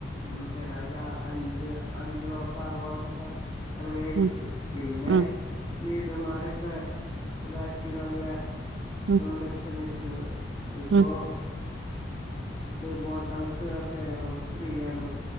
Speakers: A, on the left; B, on the right.
A: ഉം പിരാ ഒരു അഞ്ച് അഞ്ചു മാസം ആറുമാസം ഒക്കെ അങ്ങനെ വിട്ടു
B: ഉം
A: പിന്നെ
B: ഉം
A: ലീഡർമാരൊക്കെ ഇതാക്കി നല്ല
B: ഉം
A: മെച്ചം വെച്ച് ഇപ്പോ
B: ഉം
A: ഇത് ബോട്ട് ഹൗസുകളൊക്കെ ഞങ്ങക്ക് ഫ്രീയാണ്.